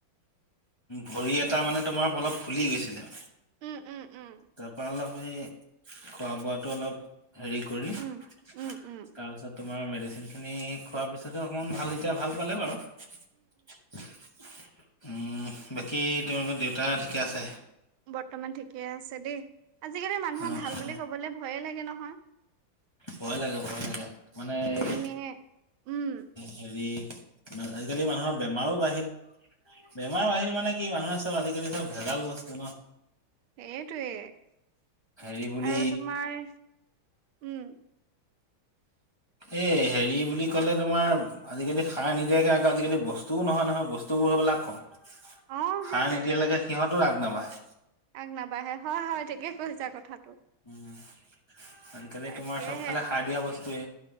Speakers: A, on the left; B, on the right.
A: ভৰি এটা মানে তোমাৰ অলপ ফুলি গৈছিলে
B: উম, উম, উম,
A: তাৰপা অলপ এই খোৱা বোৱাটো অলপ। হেৰি কৰি
B: উম,
A: তাৰপিছত
B: উম, উম,
A: ড তোমাৰ মেডিচিন খিনি খোৱাৰ পিছতহে অকমান ভাল এতিয়া ভাল পালে বাৰু। উম বাকী তোমালোকৰ দেউতা ঠিকে আছে
B: বৰ্তমান ঠিকে আছে দেই আজিকালি মানুহৰ
A: অ অ
B: ভাল বুলি কবলে ভয়ে লাগে নহয়
A: ভয় লাগে ভয় লাগে মানে এই।
B: তুমি উম'
A: হেৰি মা আজিকালি মানুহৰ বেমাৰো বাঢ়িল বেমাৰ বাঢ়িল মানে কি মানুহে চব আজিকালি চব ভেজাল বস্তু ন
B: এইটোৱে
A: হেৰি বুলি
B: আৰু তোমাৰ উম
A: এ হেৰি বুলি ক'লে তোমাৰ আজিকালি সাৰ নিদিয়াকে আকৌ আজিকালি বস্তুও নহয় নহয় বস্তুবোৰ হবলা কম
B: অ',
A: সাৰ
B: সেইটোৱে
A: নিদিয়ালেকে সিহঁতো আগ নাবাহে।
B: আগ নাবাহে হয় হয় ঠিকে কৈছা কথাটো।
A: উম কাৰণ কেলে
B: তাকেহে
A: তোমাৰ চবফালে সাৰ দিয়া বস্তুয়ে।